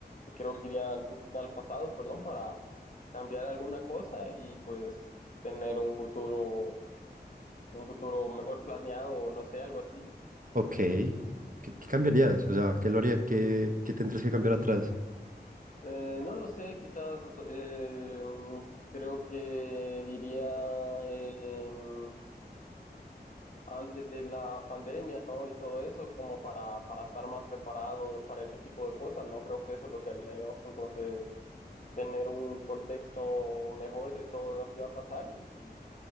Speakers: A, on the left; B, on the right.
A: creo que iría al, fu- al pasado, perdón, para cambiar alguna cosa y pues tener un futuro, un futuro mejor planeado o no sé, algo así.
B: Ok, ¿qué, qué cambiarías? O sea, ¿qué lo haría- qué, qué tendrías que cambiar atrás?
A: Eh, no lo sé, quizás em, creo que iría em, antes de la pandemia, ¿no? Y todo eso, como para, para estar más preparado para ese tipo de cosas, ¿no? Creo que eso es lo que haría yo. Entonces, tener un contexto mejor de todo lo que iba a pasar y, y